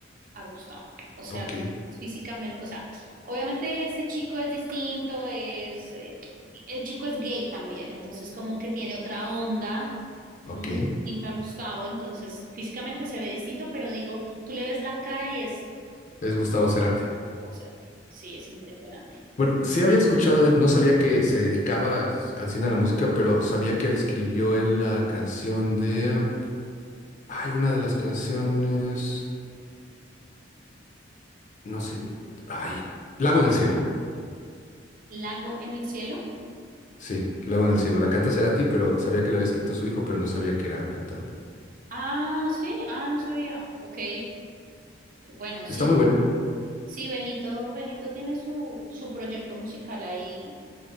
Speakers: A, on the right (about 45°); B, on the left (about 40°).
A: a Gustavo. O sea,
B: Ok,
A: tú lo ves físicamente, o sea, obviamente ese chico es distinto, es, eh, el chico es gay también, entonces como que tiene otra onda muy
B: ok.
A: distinta a Gustavo, entonces físicamente se ve distinto, pero digo, tú le ves la cara y es
B: Es Gustavo Cerati.
A: Gustavo Cerati. Sí, es impresionante.
B: Bueno, sí había escuchado de él, no sabía que se dedicaba a- al cine a la música, pero sabía que escribió él la canción de... Hay una de las canciones, no sé, ay, Lago en el cielo.
A: Lago en el cielo.
B: Sí, Lago en el cielo. La canta Cerati, pero sabía que la había escrito su hijo, pero no sabía que era cantante.
A: Ah, sí, ah, no sabía. Ok, bueno, sí.
B: Está muy buena.
A: Sí, Benito, Benito tiene su, su proyecto musical ahí